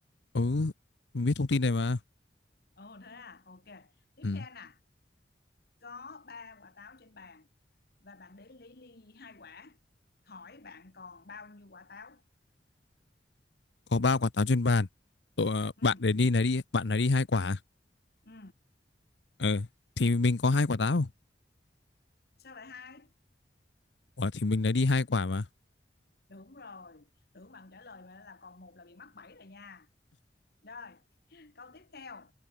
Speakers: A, on the left (about 85°); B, on the left (about 60°).
A: Ừ mình biết thông tin này mà
B: Ồ thế à, ok. Tiếp
A: ừ.
B: theo nè, có ba quả táo trên bàn và bạn đến lấy ly hai quả hỏi bạn còn bao nhiêu quả táo
A: Có ba quả táo trên bàn Ờ,
B: ừ
A: Bạn để đi này đi Bạn lấy đi hai quả à?
B: ừ
A: Ờ Thì mình có hai quả táo
B: sao lại hai
A: Ủa, Thì mình lấy đi hai quả mà
B: đúng rồi tưởng bạn trả lời mà là còn một là bị mắc bẫy rồi nha rồi câu tiếp theo